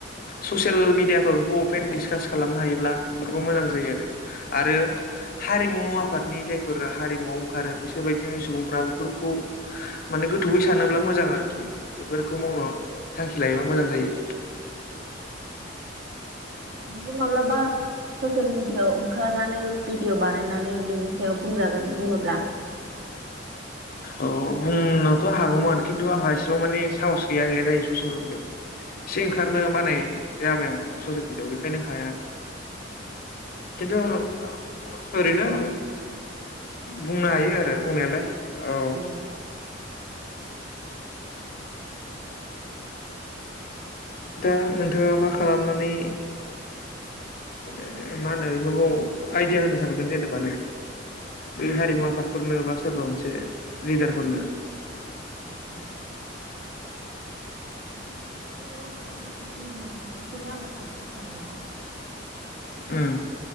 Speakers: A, on the left (about 50°); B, on the right (about 65°).
A: ससियेल मिडियाफ्राव बेखौ अपेन डिसकास खालामनो हायोब्ला बेफोरखौ मोजां जायो आरो। आरो हारिमुु आफादनि जायफोर हारिमुआव ओंखारो बिसोर बायदिनि सुबुंफ्रा बेफोरखौ माने गोथौयै सानोब्ला मोजां आरोखि बेफोरखौ मावनो थांखि लायोबा मोजां जायो।
B: नोंबो माब्लाबा ससियेल मिडियाआव ओंखारनानै भिडिअ बानायनानै बेनि सायाव बुंजागोन बुङोब्ला।
A: औ बुंनोथ' हागौमोन खिन्थु आंहा इसेबां मानि साहस गैया गैया जायो ससियेल मिडियाआव एसे ओंखारनो बानाय जाबाय आं ससियेल मिडियाआव बेखायनो हाया खिन्थु ओरैनो बुंनो हायो आरो बुंनायालाय। औ
B: ओम।
A: <inaudible> दा नोंथाङा मा खालामनानै <unintelligible> आइदिया होनो सानगोन जेनेबा नों। बै हारिमु आफादफोरनो बा सोरबा मोनसे लिदारफोरनो।
B: ओम।
A: <inaudible>
B: बिफ्रायथ' दा नों जि होनदों बिखौनो आंबो सानदों साननाया।
A: उम।